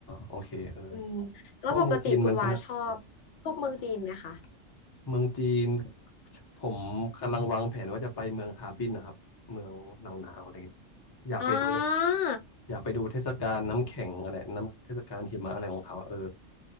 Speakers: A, on the left; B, on the left.
A: โอเคเออ
B: อืมแล้วปกติคุณวาชอบพวกเมืองจีนไหมคะ
A: เพราะว่าเมืองจีนมันก็นะครับ เมืองจีนผมกำลังวางแผนว่าจะไปเมืองฮาร์บินนะครับเมืองหนาวๆอะไรอย่างเงี้ยอยากไปดูแบบ
B: อ่า
A: อยากไปดูเทศกาลน้ำแข็งอะไรน้ำเทศกาลหิมะอะไรของเขาอะเออ